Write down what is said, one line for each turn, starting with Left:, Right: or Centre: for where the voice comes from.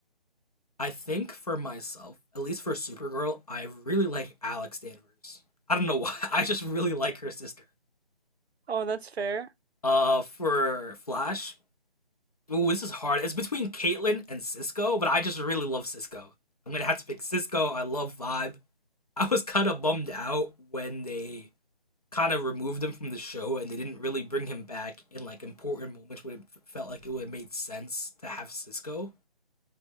Left: I think for myself, at least for Supergirl, I really like Alex Danvers. I don't know <laughs> why. I just really like her sister.
Right: Oh, that's fair.
Left: Uh, for Flash, Ooh, this is hard. It's between Caitlyn and Cisco, but I just really love Cisco. I'm gonna have to pick Cisco. I love Vibe. I was kind of bummed out when they kind of removed him from the show and they didn't really bring him back in like important moments where it felt like it would have made sense to have Cisco.